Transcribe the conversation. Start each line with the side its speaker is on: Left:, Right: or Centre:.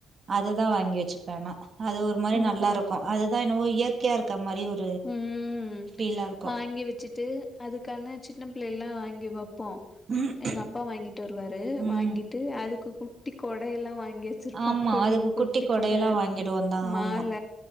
Right: அததா வாங்கி வச்சுப்பே ஆனா அது ஒரு மாரி நல்லா
Left: ஆமா
Right: இருக்கும் அதுதா என்னவோ இயற்கையா இருக்க மாரி ஒரு
Left: ம்
Right: ஃபீலா இருக்கு
Left: வாங்கி வச்சுட்டு அதுக்கான சின்ன பிள்ளை எல்லாம் வாங்கி வப்போம்
Right: ம்
Left: எங்க அப்பா வாங்கிட்டு வருவாரு
Right: ம்
Left: வாங்கிட்டு அதுக்கு குட்டி கொட எல்லாம் வாங் அங்கே வச்சிருப்போம்
Right: ஆமா
Left: குடி
Right: அதுக்கு
Left: குட்டிக்
Right: குட்டி கொடையெல்லா
Left: கொட
Right: வாங்கிடுவோ தா
Left: மால
Right: ஆமா